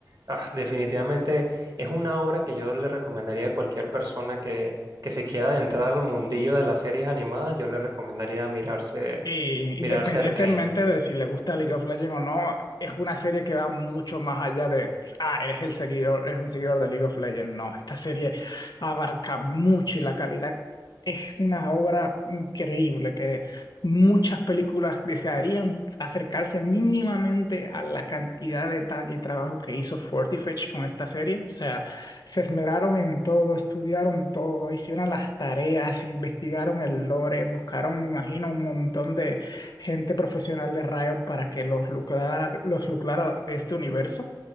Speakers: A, on the right (about 60°); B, on the left (about 65°).
A: Ah, definitivamente es una obra que yo le recomendaría a cualquier persona que, que se quiera adentrar al mundillo de las series animadas, yo le recomendaría mirarse,
B: Y
A: mirarse
B: independientemente
A: Arcane.
B: de si les gusta League of Legends o no, es una serie que va mucho más allá de, ah, eres el seguidor, eres un seguidor de League of Legends. No, esta serie abarca mucho y la calidad es una obra increíble que muchas películas desearían acercarse mínimamente a la cantidad de detalle y trabajo que hizo Forty Fetch con esta serie. O sea, Se esmeraron en todo, estudiaron todo, hicieron las tareas, investigaron el lore, buscaron, me imagino, un montón de gente profesional de Riot para que los lucrara, los lucrara de este universo.